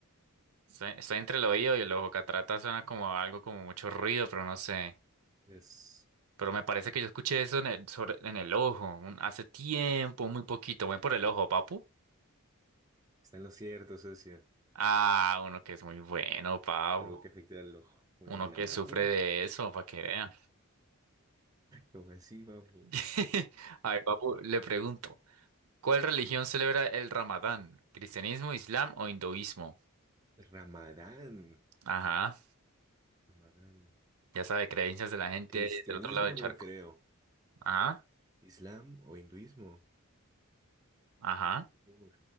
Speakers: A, on the right; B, on the right.
A: Estoy, estoy entre el oído y el ojo. Cataratas suena como algo como mucho ruido, pero no sé.
B: Es,
A: Pero me parece que yo escuché eso en el, sobre- en el ojo, un- hace tiempo, muy poquito. Voy por el ojo, papu.
B: está en lo cierto, socio.
A: Ah, uno que es muy bueno, papu.
B: Algo que afecta al ojo. Muy
A: Uno
B: buena,
A: que sufre
B: papu.
A: de eso, para que vean.
B: Lo así, papu.
A: <laughs> A ver, papu, le pregunto, ¿cuál religión celebra el Ramadán? ¿Cristianismo, Islam o hinduismo?
B: Ramadán.
A: Ajá,
B: Ramadán.
A: ya sabe, creencias de la gente
B: Cristianismo
A: del otro lado del charco.
B: no creo.
A: Ajá,
B: ¿Islam o hinduismo?
A: ajá.
B: Uy,